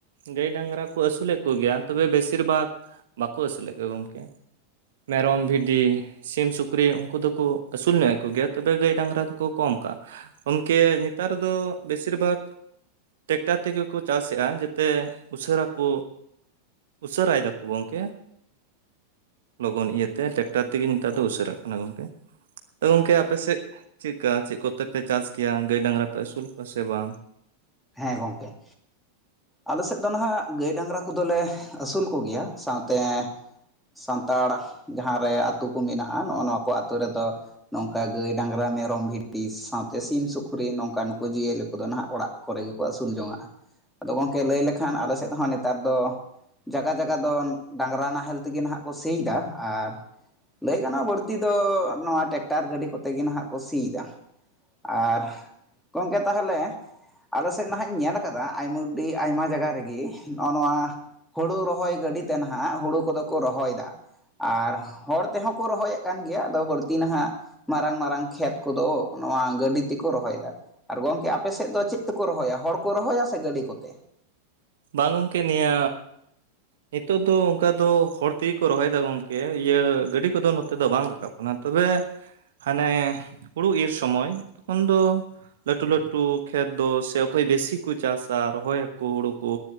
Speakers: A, on the right; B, in the centre.
A: ᱜᱟᱹᱭ ᱰᱟᱝᱨᱟ ᱠᱚ ᱟᱹᱥᱩᱞᱮᱫ ᱠᱚᱜᱮᱭᱟ ᱛᱚᱵᱮ ᱵᱮᱥᱤᱨ ᱵᱷᱟᱜᱽ ᱵᱟᱠᱚ ᱟᱹᱥᱩᱞᱮᱫ ᱠᱚᱣᱟ ᱜᱚᱢᱠᱮ ᱢᱮᱨᱚᱢ ᱵᱷᱤᱰᱤ ᱥᱤᱢ ᱥᱩᱠᱨᱤ ᱩᱱᱠᱩ ᱫᱚᱠᱚ ᱟᱹᱥᱩᱞᱧᱚᱜᱮᱫ ᱠᱚ ᱜᱮᱭᱟ ᱛᱚᱵᱮ ᱜᱟᱹᱭ ᱰᱟᱝᱨᱟ ᱫᱚᱠᱚ ᱠᱚᱢ ᱠᱟᱜᱼᱟ ᱜᱚᱢᱠᱮ ᱱᱮᱛᱟᱨ ᱫᱚ ᱵᱮᱥᱤᱨ ᱵᱷᱟᱜᱽ ᱴᱮᱠᱴᱟᱨ ᱛᱮᱜᱮ ᱠᱚ ᱪᱟᱥᱮᱜᱼᱟ ᱡᱟᱛᱮ ᱩᱥᱟᱹᱨᱟ ᱠᱚ ᱩᱥᱟᱹᱨᱟᱭ ᱫᱟᱠᱚ ᱜᱚᱢᱠᱮ ᱞᱚᱜᱚᱱ ᱤᱭᱟᱹᱛᱮ ᱴᱮᱠᱴᱟᱨ ᱛᱮᱜᱮ ᱱᱮᱛᱟᱨ ᱫᱚ ᱩᱥᱟᱹᱨᱟᱜ ᱠᱟᱱᱟ ᱜᱚᱢᱠᱮ ᱜᱚᱝᱠᱮ ᱟᱯᱮ ᱥᱮᱫ ᱪᱮᱫᱠᱟ ᱪᱮᱫ ᱠᱚᱛᱮ ᱯᱮ ᱪᱟᱥ ᱜᱮᱭᱟ ᱜᱟᱹᱭ ᱰᱟᱝᱨᱟ ᱯᱮ ᱟᱹᱥᱩᱞ ᱠᱚᱣᱟ ᱥᱮ ᱵᱟᱝ
B: ᱦᱮᱸ ᱜᱚᱢᱠᱮ ᱟᱞᱮ ᱥᱮᱫ ᱫᱚ ᱱᱟᱦᱟᱜ ᱜᱟᱹᱭ ᱰᱟᱝᱨᱟ ᱠᱚᱫᱚᱞᱮ ᱟᱹᱥᱩᱞ ᱠᱚᱜᱮᱭᱟ ᱥᱟᱶᱛᱮ ᱥᱟᱱᱛᱟᱲ ᱡᱟᱦᱟᱸᱨᱮ ᱟᱹᱛᱩ ᱠᱚ ᱢᱮᱱᱟᱜᱼᱟ ᱱᱚᱜᱼᱚ ᱱᱚᱣᱟ ᱠᱚ ᱟᱹᱛᱩ ᱨᱮᱫᱚ ᱱᱚᱝᱠᱟ ᱜᱟᱹᱭ ᱰᱟᱝᱨᱟ ᱢᱮᱨᱚᱢ ᱵᱷᱤᱰᱤ ᱥᱟᱶᱛᱮ ᱥᱤᱢ ᱥᱩᱠᱨᱤ ᱱᱚᱝᱠᱟᱱ ᱡᱤᱭᱟᱹᱞᱤ ᱠᱚᱫᱚ ᱱᱟᱦᱟᱜ ᱚᱲᱟᱜ ᱠᱚᱨᱮ ᱜᱮᱠᱚ ᱟᱹᱥᱩᱞ ᱡᱚᱝᱟᱜᱼᱟ ᱟᱫᱚ ᱜᱚᱢᱠᱮ ᱞᱟᱹᱭ ᱞᱮᱠᱷᱟᱱ ᱟᱞᱮ ᱥᱮᱫ ᱦᱚᱸ ᱱᱮᱛᱟᱨ ᱫᱚ ᱡᱟᱜᱟ ᱡᱟᱜᱟ ᱫᱚ ᱰᱟᱝᱨᱟ ᱱᱟᱦᱮᱞ ᱛᱮᱜᱮ ᱱᱟᱦᱟᱜ ᱠᱚ ᱥᱤ ᱫᱟ ᱟᱨ ᱞᱟᱹᱭ ᱜᱟᱱᱚᱜᱼᱟ ᱵᱟᱹᱲᱛᱤ ᱫᱚ ᱱᱚᱣᱟ ᱴᱮᱠᱴᱟᱨ ᱜᱟᱹᱰᱤ ᱠᱚᱛᱮ ᱜᱮ ᱱᱟᱦᱟᱜ ᱠᱚ ᱥᱤᱫᱟ ᱟᱨ ᱜᱚᱢᱠᱮ ᱛᱟᱦᱚᱞᱮ ᱟᱞᱮ ᱥᱮᱫ ᱱᱟᱦᱟᱜ ᱤᱧ ᱧᱮᱞ ᱟᱠᱟᱫᱟ ᱟᱭᱢᱟ ᱟᱹᱰᱤ ᱟᱭᱢᱟ ᱡᱟᱭᱜᱟ ᱨᱮᱜᱮ ᱱᱚᱜᱼᱚᱭ ᱱᱚᱣᱟ ᱦᱩᱲᱩ ᱨᱚᱦᱚᱭ ᱜᱟᱹᱰᱤ ᱛᱮ ᱱᱟᱦᱟᱜ ᱦᱳᱲᱳ ᱠᱚᱫᱚ ᱠᱚ ᱨᱚᱦᱚᱭ ᱮᱫᱟ ᱟᱨ ᱦᱚᱲ ᱛᱮᱦᱚᱸ ᱠᱚ ᱨᱚᱦᱚᱭᱮᱫ ᱠᱟᱱ ᱜᱮᱭᱟ ᱟᱫᱚ ᱵᱟᱹᱲᱛᱤ ᱱᱟᱦᱟᱜ ᱢᱟᱨᱟᱝ ᱢᱟᱨᱟᱝ ᱠᱷᱮᱛ ᱠᱚᱫᱚ ᱱᱚᱣᱟ ᱜᱟᱹᱰᱤ ᱛᱮᱠᱚ ᱨᱚᱦᱚᱭᱮᱫᱟ ᱟᱨ ᱜᱚᱢᱠᱮ ᱟᱯᱮ ᱥᱮᱫ ᱫᱚ ᱪᱮᱫ ᱛᱮᱠᱚ ᱨᱚᱦᱚᱭᱟ ᱦᱚᱲ ᱠᱚ ᱨᱚᱦᱚᱭᱟ ᱥᱮ ᱜᱟᱹᱰᱤ ᱠᱚᱛᱮ
A: ᱵᱟᱝ ᱜᱚᱢᱠᱮ ᱱᱤᱭᱟᱹ ᱱᱤᱛᱚᱜ ᱫᱚ ᱚᱱᱠᱟ ᱫᱚ ᱦᱚᱲ ᱛᱮᱜᱮ ᱠᱚ ᱨᱚᱦᱚᱭᱮᱫᱟ ᱜᱚᱝᱠᱮ ᱤᱭᱟᱹ ᱜᱟᱹᱰᱤ ᱠᱚᱫᱚ ᱱᱚᱛᱮ ᱫᱚ ᱵᱟᱝ ᱨᱟᱠᱟᱵ ᱠᱟᱱᱟ ᱛᱚᱵᱮ ᱦᱟᱱᱮ ᱦᱩᱲᱩ ᱤᱨ ᱥᱚᱢᱚᱭ ᱩᱱ ᱫᱚ ᱞᱟᱹᱴᱩ ᱞᱟᱹᱴᱩ ᱠᱷᱮᱛ ᱫᱚ ᱥᱮ ᱚᱠᱚᱭ ᱵᱮᱥᱤ ᱠᱚ ᱪᱟᱥᱟ ᱨᱚᱦᱚᱭᱟᱠᱚ ᱦᱩᱲᱩ ᱠᱚ